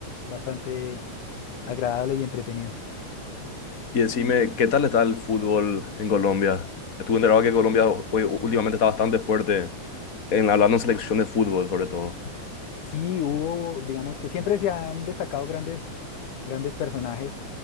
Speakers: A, on the left; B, on the left.
A: bastante agradable y entretenido.
B: Y decime, ¿qué tal está el fútbol en Colombia? Estuve enterado que Colombia hoy- últimamente está bastante fuerte en hablando en selección de fútbol, sobre todo.
A: Sí, hubo, digamos que siempre se han destacado grandes, grandes personajes